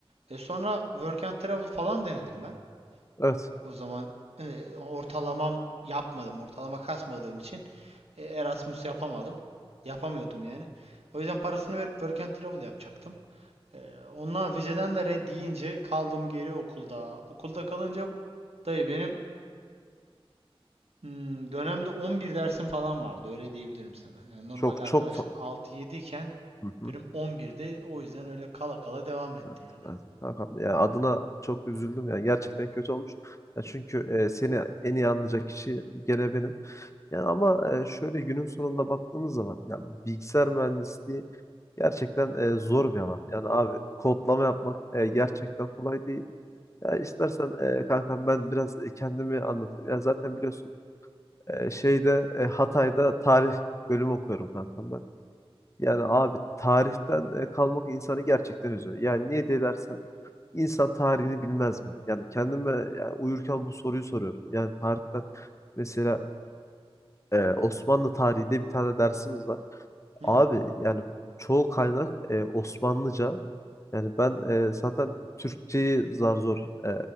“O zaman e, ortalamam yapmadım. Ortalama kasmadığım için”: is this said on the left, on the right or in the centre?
Right